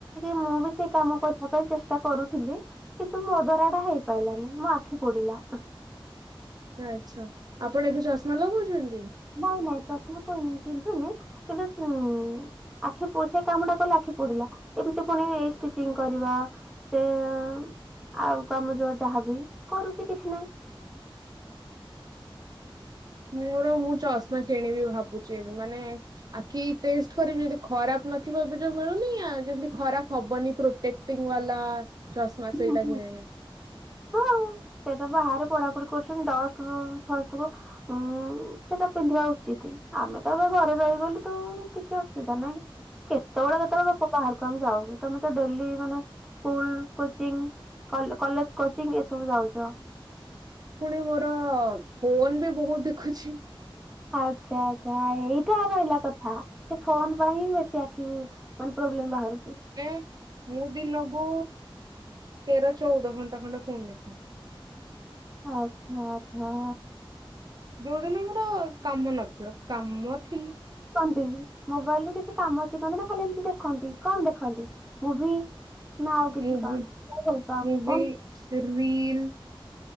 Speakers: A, in the centre; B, on the right.
A: ମୁଁ ବି ସେଇ କାମ କରିବା ପାଇଁ ଚେଷ୍ଟା କରୁଥିଲି କିନ୍ତୁ ମୋ ଦ୍ୱାରା ସେଟା ହେଇପାରିଲା ନାହିଁ ମୋ ଆଖି ପୋଡିଲା।
B: ଆଚ୍ଛା ଆଚ୍ଛା ଆପଣ ଏତ ଚଶମା ଲଗଉଛନ୍ତି?
A: ନାଇଁ ନାଇଁ ଚାଷ ବି କନି ପିନ୍ଧୁନି କିନ୍ତୁ ଉଁ ଆଁଖି ପୋ ସେଇ କାମଟା କଲେ ଆଁଖି ପୋଡ଼ିଲା ଏମତି ପୁନି ଏଇ ଷ୍ଟିଚିଙ୍ଗ୍ କରିବା ସେ ଅ ଆଉ କାମ ଯୋ ଯାହାବି କରୁଛି କିଛି ନାଇଁ
B: ମୋର ମୁଁ ଚଷ୍ମା କିଣିବି ଭାବୁଚି ଏବେ ମାନେ ଆଖି ଟେଷ୍ଟ କରିବି ଯଦି ଖରାପ୍ ନଥିବ ଏବେ ଯୋଉ ମିଳୁନି ଆ ଯେମତି ଖରାପ ହବନି ପ୍ରୋଟେକ୍ଟିଙ୍ଗ୍ ୱାଲା ଚଷ୍ମା
A: ହୁଁ,
B: ସେଇଟା
A: ହୁଁ।
B: କିଣିବି।
A: ହଁ ସେ ତ ବାହାରେ ପଢ଼ାପଢ଼ି କରୁଛନ୍ତି ଡଷ୍ଟ୍ କୁ ଫାଷ୍ଟ୍ କୁ ଉଁ ସେଟା ପିନ୍ଧିବା ଉଚିତି ଆମେ ତ ଏବେ ଘରେ ରହିଗଲୁ ତ କିଛି ଅସୁବିଧା ନାଇଁ କେତେବେଳେ ଯେତେବେଳେ ଯେ ପୋ ବାହାର୍ କୁ ଆମେ ଯାଉନୁ ତମେ ତ ଡେଲି ମାନେ ସ୍କୁଲ କୋଚିଂ କଲ୍ କଲେଜ୍ କୋଚିଂ ଏସବୁ ଯାଉଚ
B: ପୁଣି ମୋର ଅ ଫୋନ୍ ବି ବହୁତ୍ ଦେଖୁଛି।
A: ଆଚ୍ଛା ଆଚ୍ଛା ଆ ଏଇଟା ରହିଲା କଥା ଯେ ଫୋନ୍ ପାଇଁ ବେଶୀ ଆଁଖିବ୍ ମାନେ ପ୍ରୋବ୍ଲେମ୍ ବାହାରୁଛି।
B: ନେ ମୁଁ ବି ଦିନକୁ ତେର ଚଉଦ ଘଣ୍ଟା ଖଣ୍ଡେ ଫୁନ୍ ଦେଖେ
A: ଆଛା ଆଛା
B: ଯୋଉଦିନ ମୁଁ ହଁ କାମ ନା ଥିବା କାମ ଥିଲ୍
A: ଇ ମୋବାଇଲ ରୁ କିଛି କାମ ଶିଖନ୍ତି ନା ଖାଲି ଏମିତି ଦେଖନ୍ତି କଣ୍ ଦେଖନ୍ତି ମୁଭି? ନା ଆଉ କିଛି
B: ମୁଁ
A: କଣ?
B: ବି
A: କଣ ଭଲ ପାଅ
B: ମୁଁ
A: କଣ
B: ବି ରିଲ୍